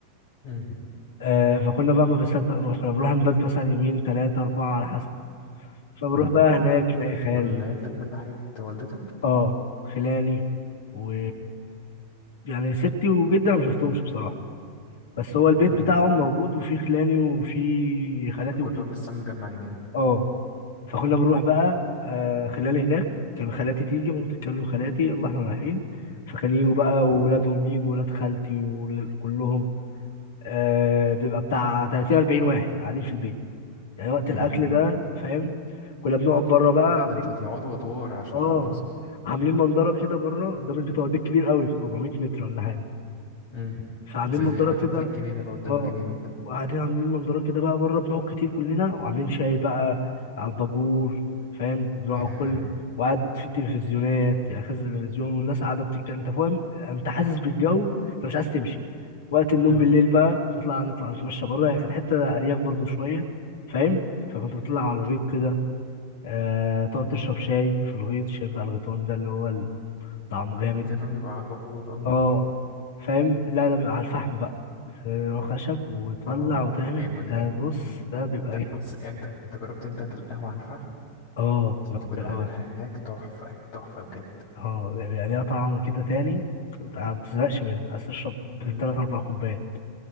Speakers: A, on the left; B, on the left.
A: امم
B: آه فكنا بقى ما بنصدق نروح كنا بنروح نبات مثلا يومين ثلاثه اربعه على حسب فبروح
A: اه
B: بقى هناك الاقي خال
A: دول عيلتك من ناحية والدتك
B: اه خلاني و يعني ستي وجدي انا ما شفتهمش بصراحه بس هو البيت
A: امم
B: بتاعهم موجود وفي خلاني وفي خالاتي
A: كلهم
B: وكده
A: لسه متجمعين يعني
B: اه فكنا بنروح بقى آه خلاني هناك كان خالاتي تيجي ماما تتكلم خالاتي يلا احنا رايحين فكان يجوا بقى وولادهم يجوا ولاد خالتي وكلهم آه بيبقى بتاع 30 40 واحد قاعدين في البيت يعني وقت
A: يا
B: الاكل ده فاهم كنا بنقعد بره بقى
A: اه لا
B: عاملين
A: ده انتوا بتقعدوا ادوار عشان
B: اه
A: تخلصوا
B: عاملين منظره كده بره قدام البيت هو البيت كبير قوي في 400 متر ولا حاجه
A: امم
B: فعاملين
A: زي
B: منظره
A: قاعدين
B: كده
A: في الجنينة بقى قدام
B: اه
A: الجنينة وكده
B: وقاعدين عاملين منظره كده بقى بره بنقعد كتير كلنا وعاملين شاي بقى على الباجور فاهم بنقعد
A: ياه.
B: كل وقعد في التلفزيونات يعني كذا تلفزيون والناس قاعده بتتكلم انت فاهم انت حاسس بالجو انت مش عايز تمشي وقت النوم
A: اه
B: بالليل بقى تطلع نطلع نتمشى بره يعني كانت حته ارياف برضو شويه فاهم فكنت بتطلع على الغيط كده آه، تقعد تشرب شاي في الغيط الشاي بتاع الغيطان ده اللي هو طعمه جامد
A: اللي هو يبقى على البابور اه
B: اه فاهم لا ده بيبقى على الفحم بقى بس هو خشب وتولع
A: اه
B: وتعمل
A: حلوة
B: ده
A: دي
B: بص
A: امم
B: ده بيبقى
A: لا
B: جامد
A: بص انت انت جربت انت ده القهوة على الفحم
B: اه
A: دي
B: جربت
A: كنا
B: الأول
A: بنعملها هناك تحفة تحفة بجد
B: اه يعني بيبقى ليها طعم كده تاني ما بتزهقش منها عايز تشرب
A: مم.
B: تلات أربع كوبايات